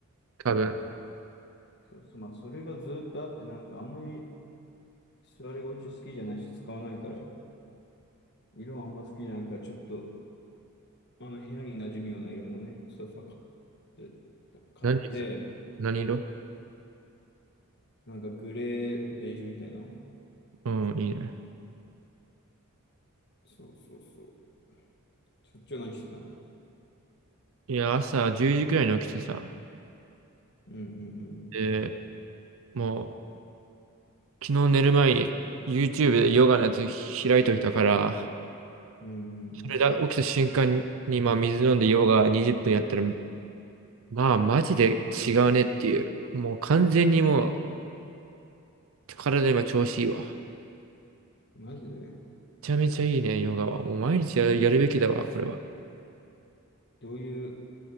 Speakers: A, on the right (about 65°); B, on the left (about 50°).
A: 多分、
B: そうそう、まあそれがずっとあって、なんかあんまり座り心地好きじゃないし使わないから、色もあんま好きじゃないから、ちょっとあの部屋に馴染むような色のね、ソファ買って、買って、
A: 何にする何色
B: なんかグレー、ベージュみたいな。
A: うん、いいね。
B: そうそうそう。そっちは何してたの
A: いや、朝10時くらいに起きてさ。
B: うんうん
A: で、もう、昨日寝る前に YouTube でヨガのやつ開いといたから、
B: うん。
A: それだ、起きた瞬間に、まあ、水飲んでヨガ20分やったら、まあ、マジで違うねっていう。もう完全にもう、体今調子いいわ。
B: マジで
A: めちゃめちゃいいね、ヨガは。もう毎日やる、やるべきだわ、これは。
B: どういう